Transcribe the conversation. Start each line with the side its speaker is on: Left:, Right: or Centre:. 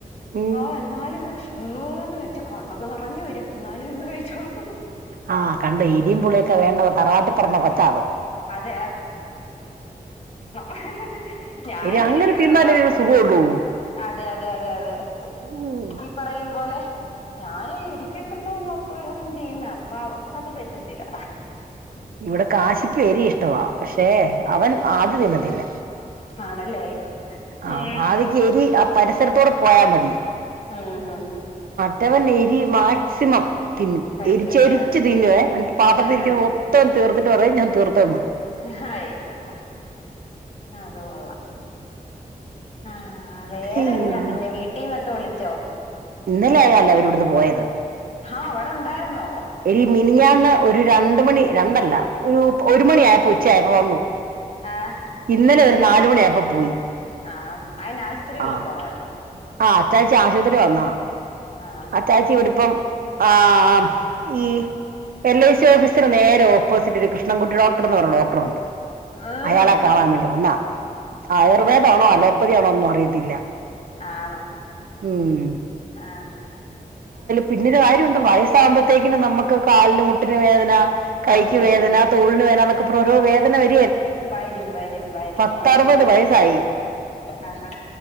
Right: ഉം
Left: ആ എന്നാലൊരു ഏന്ന് വന്ന് വെച്ച് കണ്ണ ക്ക നിറഞ്ഞ് വരും ന്നാലും ഇരുന്ന് കഴിച്ചോളും ഹ ഹ്
Right: ആ കണ്ട എരിം പുളിയൊക്കെ വേണ്ട തറവാട്ടിപ്പെറന്ന
Left: അതെ
Right: കൊച്ചാ അത്
Left: അതെ ഇഹ്ഹ് ഞാനിരീക്കത്തുള്ളോന്നൊർത്ത്
Right: എനി അങ്ങനെ തിന്നാലേ ഒരു സുഖമുള്ളൂ
Left: അതെ അതെ അതെ അതെ
Right: ഉം
Left: ഈ പറയുമ്പോലെ ഞാന് ഇരിക്കണ്ടല്ലോന്നോർത്ത് ഓരൊന്നും ചെയ്യുന്ന അപ്പൊ അവക്ക് അത് പറ്റത്തില്ല
Right: ഇവിടെ കാശിക്ക് എരി ഇഷ്ടവാ പക്ഷേ അവൻ ആട് തിന്നത്തില്ല
Left: ആണല്ലേ
Right: ആ
Left: ഉം
Right: <unintelligible> ആ പരിസരത്തൂടെ പോയാ മതി
Left: ഉം ഉം
Right: ട്ടവനിരി മാക്സിമം തിന്നും
Left: കഴിക്കുവല്ലേ
Right: എരിചെരിച്ച് തിന്നുവേ അന്ട്ട് പാത്രത്തിഇരിക്കുന്ന
Left: ആഹ്
Right: മൊത്തം തീർത്തിട്ട് പറയും ഞാ തീർത്തന്ന്
Left: ഹഹ അയോ അതുകൊള്ളാം ആ ആ വേറെന്നാ
Right: അയ്യോ
Left: പിന്നെ വീട്ടീന്നൊക്കെ വിളിച്ചോ
Right: ഇന്നലെ ആയാല്ലെ അവരിവിടുന്ന് പോയത്
Left: ഹാ അവടെണ്ടാര്ന്നോ
Right: എടി മിനിഞാന്ന് ഒരു രണ്ട് മണി രണ്ടല്ല ഒരു ഒരുമണി ആയപ്പോ ഉച്ചആയപ് വന്നു
Left: ആഹ്
Right: ഇന്നലെ ഒരു നാല് മണി ആയപ്പോ പോയി
Left: ആണോ അയിന് ആശുപത്രി വല്ലോം
Right: ആ
Left: പോണായിരുന്നോ
Right: ആ അച്ചാച ആശുത്രി വന്ന
Left: ആഹ്
Right: അച്ചാച്ചി
Left: ആഹ്
Right: ഇവിടിപ്പം ആം ഈ എൽ ഐ സി ഓഫീസിന് നേരെ ഓപ്പോസിറ്റൊരു കൃഷ്ണൻകുട്ടി ഡോക്ടറന്ന് പറ്ഞ്ഞ ഡോക്ടറൊണ്ട്
Left: ഉം
Right: അയാളെ കാണാവേണ്ടി വന്നാ ആയുർവേദാണോ അലോപ്പതിയാണോനൊന്നു അറിയത്തില്ല
Left: ആണോ
Right: ഉം
Left: ആഹ്
Right: പിന്നീട് കാര്യവൊണ്ട് വയസ്സാമ്പത്തേക്കിന് നമ്മക്ക് കാലിന് മുട്ടിന് വേദന കൈക്ക്
Left: അതെ
Right: വേദന
Left: അതെ
Right: തോള്ന് വേനന്നൊക്കെ പറ്ഞ്‌ ഓരോ വേദന വര്
Left: വരും വരും വരും
Right: പത്തറുപത്
Left: അന്നേര
Right: വയസ്സായി
Left: ആഹാ